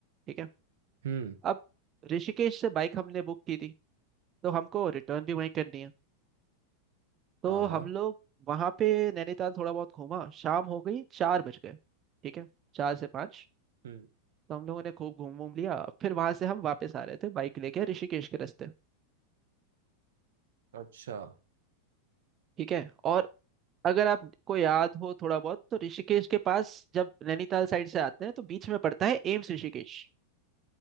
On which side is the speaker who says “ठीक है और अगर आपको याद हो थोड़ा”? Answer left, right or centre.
Right